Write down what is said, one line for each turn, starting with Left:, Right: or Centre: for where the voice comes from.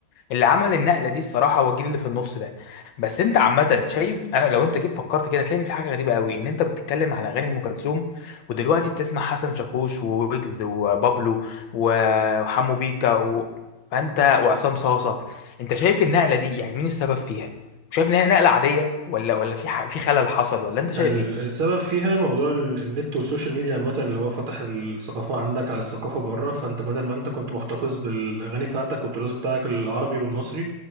Left: اللي عمل النقله دي الصراحه هو الجيل اللي في النص ده بس انت عامه شايف انا لو انت جيت فكرت كده هتلاقي في حاجه غريبه قوي ان انت بتتكلم على اغاني ام كلثوم ودلوقتي بتسمع حسن شاكوش وويجز وبابلو و- وحمو بيكا و... فانت وعصام صاصه انت شايف النقله دي يعني مين السبب فيها شايف ان هي نقله عاديه ولا ولا في ح... في خلل حصل ولا انت شايف
Right: ال-
Left: ايه
Right: السبب فيها موضوع ال- النت والسوشيال ميديا عامة اللي هو فتح الثقافة عندك على الثقافة بره فانت بدل ما انت كنت محتفظ بالأغاني بتاعتك والتراث بتاعك العربي والمصري